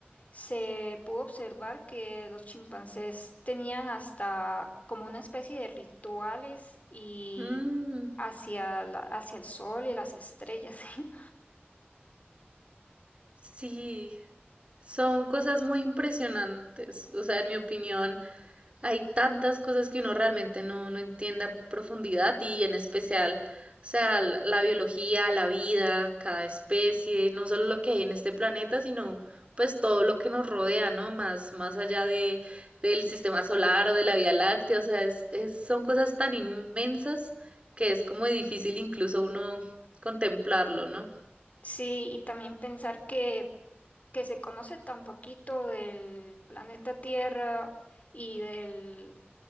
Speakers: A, on the left (about 40°); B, on the right (about 30°).
A: se pudo observar que los chimpancés tenían hasta como una especie de rituales y
B: Mm,
A: hacia la- hacia el sol y las estrellas. <laughs>
B: sí, son cosas muy impresionantes. O sea, en mi opinión, Hay tantas cosas que uno realmente no, no entiende a profundidad y en especial, o sea, la la biología, la vida, cada especie, no solo lo que hay en este planeta, sino pues todo lo que nos rodea, ¿no? Más, más allá de, del sistema solar o de la Vía Láctea, o sea, es, es- son cosas tan inmensas que es como difícil incluso uno contemplarlo, ¿no?
A: Sí, y también pensar que que se conoce tan poquito del planeta Tierra y del,